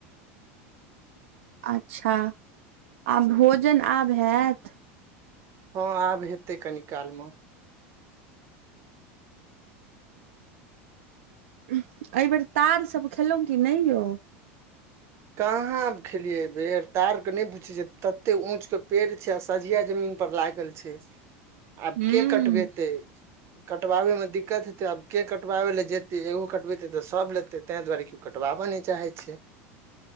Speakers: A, on the right (about 80°); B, on the right (about 40°).
A: अच्छऽ आ भोजन आब हैत
B: हँ आब हेतै कनि काल मऽ
A: एहि बेेर तार सब खेलौ की नय यौ
B: कहाँ खेलिये एय बेड़ तार कऽ नय पूछै छै तते ऊंच कऽ पेड़ छै आ सझिया जमीन पर लागल छै आब
A: हूं
B: केँ कटबेतै कटवाबै मे दिक्कत हेतै आब केँ कटवाबै लऽ जेतै एगो कटबेतै तऽ सभ लेतै तैय दुआरे कि कटबाबऽ नय चाहै छै